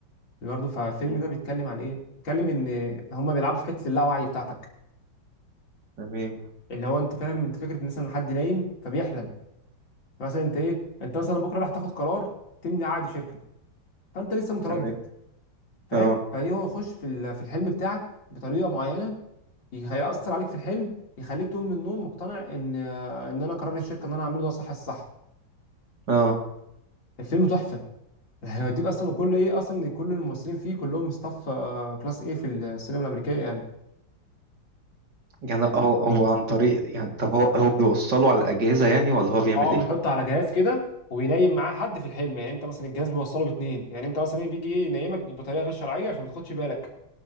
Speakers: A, on the left; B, on the right.
A: ليوناردو فالفيلم
B: مم.
A: ده بيتكلم عن ايه بيتكلم ان هما بيلعبوا في حته اللاوعي بتاعتك
B: تمام
A: اللي هو انت فاهم انت فكره ان مثلا حد نايم فبيحلم مثلا انت ايه انت مثلا بكره راح تاخد قرار تمني عقد شركه فانت لسه متردد
B: تمام
A: فاهم
B: اه
A: فهي هو يخش في ال- في الحلم بتاعك بطريقه معينه يخ- هيأثر عليك في الحلم يخليك تقوم من النوم مقتنع ان آه، ان انا قرار الشركه ان انا هعمله ده صح الصح
B: اه
A: الفيلم تحفه هيوديك اصلا وكل ايه اصلا إن كل الممثلين فيه كلهم ستاف كلاس ايه في السينما الامريكيه يعني
B: يعني هو هو عن طريق يعني طب هو هو بيوصله على الأجهزة يعني ولا هو بيعمل
A: اه
B: ايه
A: بيحط على جهاز كده وبينيم معاه حد في الحلم يعني انت مثلا الجهاز بيوصله باتنين يعني انت مثلا إيه بيجي ايه ينيمك بطريقه غير شرعيه عشان ما تاخدش بالك